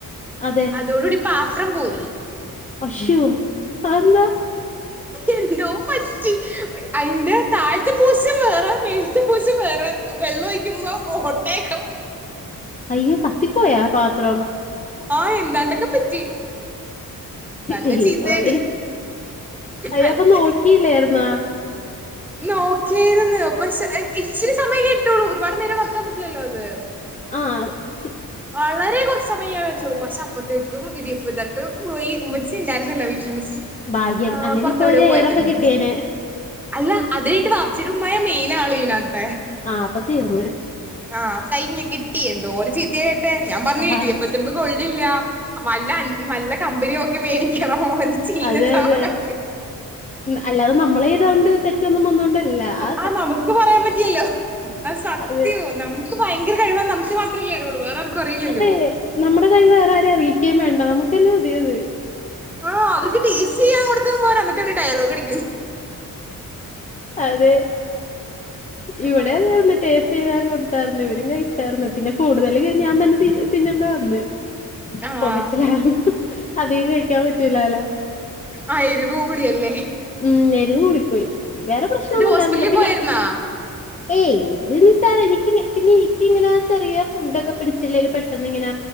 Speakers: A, on the left (about 20°); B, in the centre.
A: അതെ
B: അതോടു കൂടി പാത്രം പോയി
A: അശ്ശൊ അതെന്താ
B: എന്തോ പറ്റി
A: ഉ
B: അതിന്റെ താഴത്തെ പോർഷൻ വേറെ മേലത്തെ പോർഷൻ വേറെ വെള്ളം ഒഴിക്കുമ്പോ ഓട്ടയക്കെ
A: അയ്യോ കത്തിപ്പോയാ പാത്രം
B: ആഹ് എന്താണ്ടക്കെ പറ്റി നല്ല
A: ദൈവമേ
B: ചീത്തയായിട്ട്
A: അയ്യോ
B: നല്ല
A: അപ്പം നോക്കിയില്ലേർന്നാ
B: നോക്കേയ്രുന്നു പശേ ആഹ് ഇച്ചിരി സമയം കിട്ടുള്ളൂ ഒരുപാട് നേരം വെക്കാൻ പറ്റില്ലല്ലോ അത്
A: ആഹ് സി
B: വളരെ കൊറച്ച് <unintelligible> സമയേ ഞാൻ വെച്ചോളൂ പക്ഷെ അപ്പത്തേക്കും ഇടിയപ്പ തട്ട് പോയി ഉമ്മിച്ചി ഉണ്ടായിരുന്നില്ല വീട്ടില് ഉമ്മച്ചി
A: ഭാഗ്യം
B: ആഹ്
A: അല്ലേല്
B: പൊറത്തെവിടെ
A: ഇപ്പൊ ഒരു
B: പോയേക്കേർന്ന്
A: എയറൊക്കെ കിട്ടിയേനെ
B: അല്ല അത് കഴിഞ്ഞിട്ട് വാപ്പച്ചീടെ ഉമ്മയാ മെയിൻ ആള് ഇതിനകത്തെ
A: ആഹ് അപ്പ തീർന്ന്
B: ആഹ് കഴിഞ്ഞ് കിട്ടി എന്തോരം ചീത്തയ കേട്ടെ ഞാൻ പറഞ്ഞു
A: ആഹ്
B: ഇടിയപ്പത്തിന്റെ കൊള്ളില്ല <unintelligible> നല്ല കമ്പനി നോക്കി മേടിക്കണം ഒരു ചീന
A: അതെ
B: സാധനം
A: അതെ അല്ലാതെ നമ്മളെയ്തൊണ്ട് തെറ്റൊന്നും വന്നൊണ്ടല്ല അ
B: ആഹ് നമുക്ക് പറയാൻ പറ്റില്ലല്ലോ അത് സത്യോ
A: അതെ
B: നമുക്ക് ഭയങ്കര കഴിവാ നമുക്ക് വ <unintelligible> അറിയുള്ളൂ വേറെ ആർക്കും അറിയില്ലല്ലോ
A: അതെ നമ്മുടെ കഴിവ് വേറെ ആരേം അറിയിക്കേം വേണ്ട നമുക്കന്നെ മതിയത്
B: ആഹ് അവർക്ക് ടേസ്റ്റ് ചെയ്യാൻ കൊടുത്തതും പോര എന്നിട്ട് അവര് ഡയലോഗടി
A: അതെ ഇവിടേം
B: അള്ളാ
A: അങ്ങനന്നേ ടേസ് സ്റ്റ് ചെയ്യാൻ കൊടുത്താരുന്നു ഇവരും കഴിച്ചായിരുന്നു പിന്നെ കൂടുതല് ഞാൻ തന്നെ തി തിന്നണ്ടി വന്ന്
B: ആഹ്
A: പുകച്ചില് കാരണം അധികം കഴിക്കാൻ പറ്റൂലാല്ല.
B: ആഹ് എരിവ് കൂടിയല്ലേ
A: ഉം എരിവ് കൂടിപ്പോയി വേറെ പ്രശ്നൊന്നും
B: എന്നിട്ട്
A: ഉണ്ടായിരുന്നില്ല
B: ഹോസ്പിറ്റലിൽ
A: പിന്ന
B: പോയാരുന്നാ
A: ഏയ് ഇത് നിസാരം എനിക്കിങ്ങ പിന്നെ എനിക്കിങ്ങന ചെറിയ ഫുഡക്കെ പിടിച്ചില്ലേല് പെട്ടന്നിങ്ങന